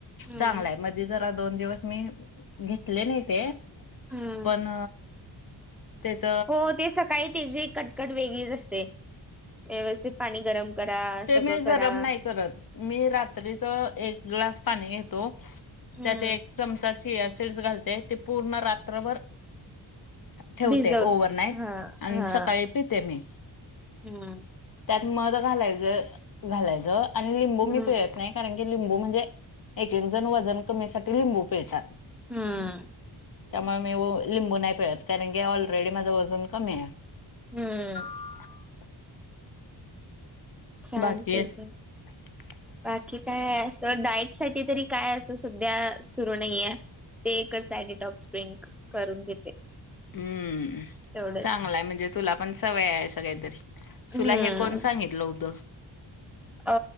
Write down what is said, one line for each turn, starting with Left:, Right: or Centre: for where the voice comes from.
Centre: हम्म
Left: चांगलाय म मधी जरा दोन दिवस मी घेतले नाही ते
Centre: हम्म
Left: पण त्याच
Centre: हो ते सकाळी तेचीे कटकट वेगळीच असते व्यवस्थित पाणी गरम करा
Left: ते
Centre: सगळं
Left: मी गरम
Centre: करा.
Left: नाही करत मी रात्रीच एक ग्लास पाणी घेतो त्यात
Centre: हम्म.
Left: एक चमचा चिया सिड्स घालते ते पूर्ण रात्रभर ठेवते
Centre: भिजव
Left: ओव्हरनाईट
Centre: हा
Left: आणि
Centre: हा
Left: सकाळी पिते मी.
Centre: हम्म.
Left: त्यात मध घालायचं घालायच, आणि लिंबू
Centre: हम्म
Left: मी पिळत नाही कारण की लिंबू म्हणजे एक एक जण वजन कमीसाठी लिंबू पिळतात.
Centre: हम्म.
Left: त्यामुळे मी ओ लिंबू नाही पिळत कारण की ऑलरेडी माझं वजन कमी आहे.
Centre: हम्म.
Left: <inaudible>
Centre: चालतंय
Left: बाकी
Centre: की.
Left: <inaudible>
Centre: बाकी काय आहे असं डाईट साठी तरी काय असं सध्या सुरू नाहीये. ते एकच सॅडीटॉप स्प्रिंंग करून घेते.
Left: हम्म,
Centre: तेवढंच.
Left: चांगलंय म्हणजे तुला पण सवय आहे सगळ्या तरी.
Centre: हम्म
Left: तुला हे कोण सांगितलं होतं?
Centre: अ